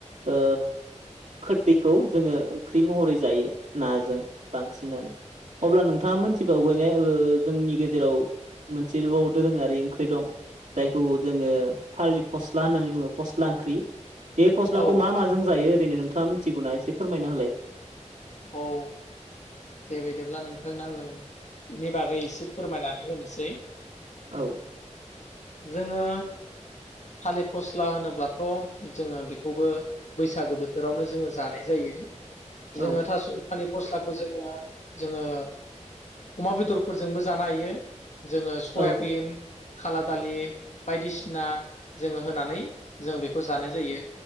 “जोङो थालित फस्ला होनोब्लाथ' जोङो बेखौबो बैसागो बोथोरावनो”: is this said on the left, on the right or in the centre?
Left